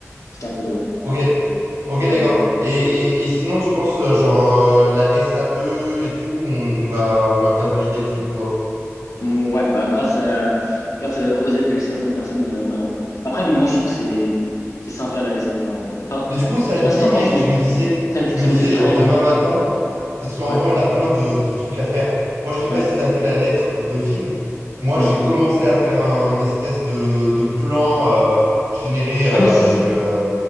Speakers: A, on the left; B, on the right.
A: C'était un peu drôle.
B: Ok, ok, d'accord.
A: Mais bon.
B: Et, et, et sinon, tu penses, euh, genre, euh, la SAE et tout, on, on va, on va bien valider le truc ou pas?
A: Mm, Ouais, bah, grâce à, grâce euh, aux aides de certaines personnes, euh, ouais, en vrai. Après, moi, je trouve que c'est, c'est sympa, là, et c'est genre, euh, enfin,
B: Mais du coup, ça
A: je sais
B: te
A: pas
B: dit,
A: si t'en penses,
B: mec,
A: mais
B: je me disais,
A: ça,
B: je
A: ça
B: me disais,
A: nous fait train
B: genre, demain
A: un peu.
B: matin, parce qu'en
A: Ouais,
B: vrai, on a plein de, de trucs à faire. Moi, je sais
A: ouais,
B: pas si tu as fait la lettre pour Dauphine. Moi,
A: non.
B: j'ai commencé à faire un, espèce de, de plan euh, généré euh,
A: Ah, mais si,
B: avec,
A: si.
B: euh,